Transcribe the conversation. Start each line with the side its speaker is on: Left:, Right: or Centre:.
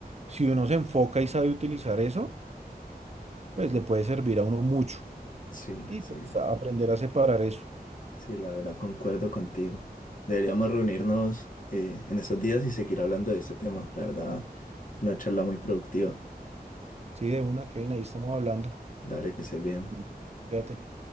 Right: si uno se enfoca y sabe utilizar eso, pues le puede servir a uno mucho.
Left: sí,
Right: Y
Left: sí.
Right: pues a- aprender a separar eso.
Left: Sí, la verdad concuerdo contigo. Deberíamos reunirnos eh, en esos días y seguir hablando de este tema. La verdad, fue una charla muy productiva.
Right: Sí, de una, Kevin, ahí estamos hablando.
Left: Dale, que se bien.
Right: Sí. Fíjate.